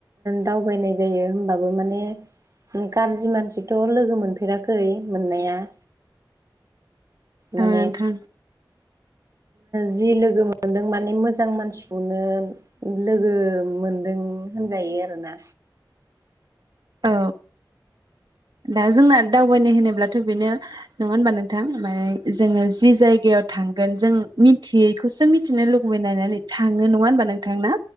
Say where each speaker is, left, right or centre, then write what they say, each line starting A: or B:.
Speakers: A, on the right (about 45°); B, on the right (about 70°).
A: दावबायनाय जायो होमबाबो माने गाज्रि मानसिथ' लोगो मोनफेराखै मोननाया माने
B: ओ नोंथां
A: जि लोगो मोनदों माने मोजां मानसिखौनो लोगो मोनदों होनजायो आरोना
B: औ दा जोंना दावबायनाय होनोब्लाथ' बेनो नङा होनबा नोंथां मान जोङो जि जायगायाव थांगोन जों मिथियैखौसो मिथिनो लुगैबायनायनै थाङो नङा होनबा नोंथां ना